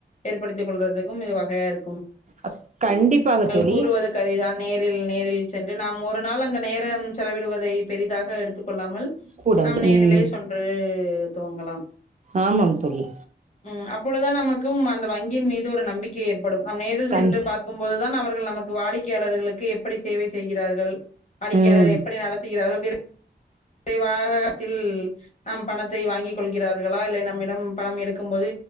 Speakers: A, on the left; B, on the right.
A: ஏற்படுத்திக் கொள்றதுக்கும் இது வ வேறு
B: அ கண்டிப்பாக தோல்
A: கூறுவது கரிதான் நேரில் நேரில் சென்று நாம் ஒரு நாள் அந்த நேரம் செலவிட் ருவதை பெரிதாக எடுத்துக் கொள்ளாமல்
B: கூடாது
A: நாம் நேரிலே
B: ம்
A: சொன்று துவங்கலாம்
B: ஆமாம் தோழி
A: ம் அப்பொழுதான் நமக்கும் அந்த வங்கியின் மீது தூர நம்பிக்கை ஏற் படும் நம் நேரில்
B: கண்
A: சென்று பார்க்கும்போதுதான் அவர்கள் நமக் வாடிக்கையாளர்களுக்கு எப்படி சேவை செய்கிறார்கள் படிக்க
B: ம்
A: அதாது எப்படி நடத்துகிறாரோ விர <unintelligible> தில் நாம் பணத்தை வாங்கிக் கொள்கிறார்களா இல்லை நம்மிடம் பணம் எடுக்கும் போது